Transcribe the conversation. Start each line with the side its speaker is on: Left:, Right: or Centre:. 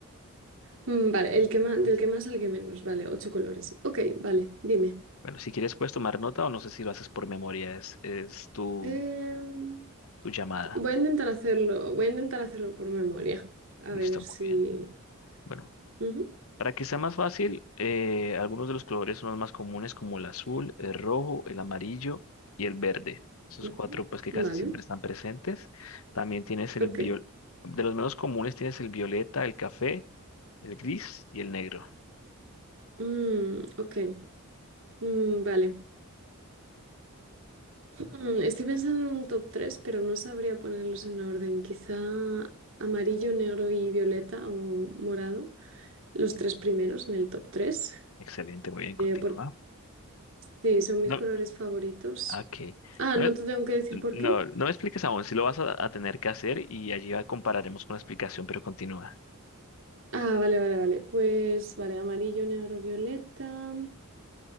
Right: Mm, vale, el que más, del que más al que menos, vale, ocho colores. Ok, vale, dime.
Left: Bueno, si quieres puedes tomar nota o no sé si lo haces por memoria, es, es tu,
Right: Em,
Left: tu llamada.
Right: voy a intentar hacerlo, voy a intentar hacerlo por memoria, a
Left: Listo,
Right: ver si...
Left: muy bien. Bueno.
Right: Ujú,
Left: Para que sea más fácil, eh, algunos de los colores son los más comunes como el azul, el rojo, el amarillo y el verde. Esos
Right: ujú,
Left: cuatro pues que
Right: Vale,
Left: casi siempre están presentes. También tienes el
Right: ok.
Left: viol- de los menos comunes tienes el violeta, el café, el gris y el negro.
Right: Mm, ok. Mm, vale. Hmm, estoy pensando en un top 3 pero no sabría ponerlos en orden. Quizá amarillo, negro y violeta o morado. Los tres primeros en el top 3.
Left: Excelente, muy bien, continúa.
Right: porque sí, son mis
Left: No,
Right: colores favoritos.
Left: ok.
Right: Ah,
Left: No,
Right: no te tengo que decir por
Left: no,
Right: qué.
Left: no me expliques aún, si lo vas a, a tener que hacer y allí ya compararemos con la explicación, pero continúa.
Right: Ah, vale, vale, vale. Pues vale, amarillo, negro, violeta.